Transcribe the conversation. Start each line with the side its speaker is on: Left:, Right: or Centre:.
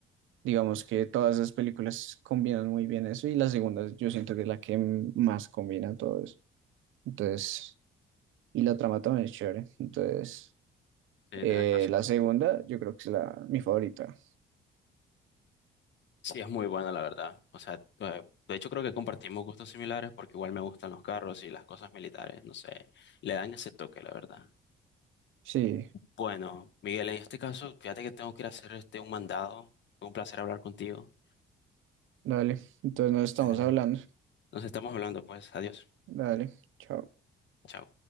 Right: digamos que todas esas películas combinan muy bien eso y la segunda yo siento que es la que m- más combina todo eso. Entonces, y la trama también es chévere. Entonces...
Left: sí,
Right: Eh,
Left: tenés razón.
Right: la segunda, yo creo que es la, mi favorita.
Left: Sí, es muy buena, la verdad. O sea, eh, de hecho creo que compartimos gustos similares porque igual me gustan los carros y las cosas militares, no sé, le dan ese toque, la verdad.
Right: Sí,
Left: Bueno, Miguel, en este caso, fíjate que tengo que ir a hacer este un mandado. Fue un placer hablar contigo.
Right: dale. Entonces nos estamos
Left: Dale.
Right: hablando.
Left: Nos estamos hablando, pues. Adiós.
Right: Dale, chao.
Left: Chao.